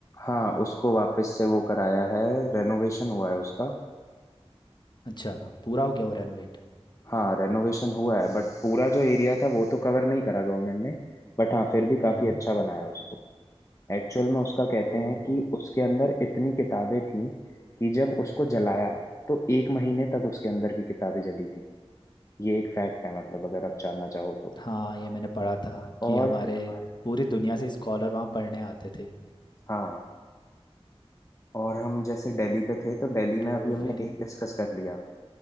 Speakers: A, on the left; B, on the left.
A: हाँ उसको वापस से वो कराया है रेनोवेशन हुआ है उसका
B: अच्छा पूरा हो गया वो रेनोवेट
A: हाँ रेनोवेशन हुआ है बट पूरा जो एरिया था वो तो कवर नहीं करा गवर्नमेंट ने बट हाँ फिर भी काफी
B: हम्म
A: अच्छा बनाया उसको एक्चुअल में उसका कहते
B: तो
A: हैं कि उसके अंदर इतनी किताबें थी कि जब उसको जलाया तो एक महीने तक उसके अंदर की किताबें जली थी ये एक फैक्ट है मतलब अगर आप जानना चाहो तो
B: हाँ
A: हाँ
B: ये मैंने पढ़ा
A: मैंने
B: था
A: पढ़ा था
B: कि
A: और
B: हमारे
A: कि हमारे पूरी
B: पूरी दुनिया से स्कॉलर
A: दुनिया के कॉन्टिनेंट
B: वहाँ पढ़ने आते थे
A: हाँ और हम जैसे दिल्ली पे थे तो दिल्ली
B: तो
A: में अभी हमने
B: फिर
A: एक डिस्कस कर लिया